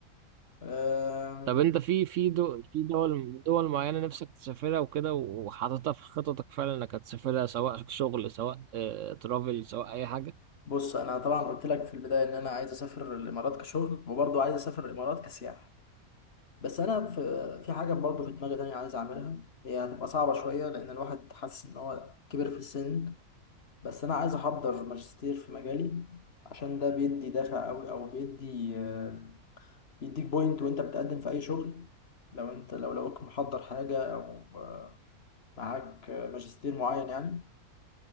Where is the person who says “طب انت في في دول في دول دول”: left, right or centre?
Right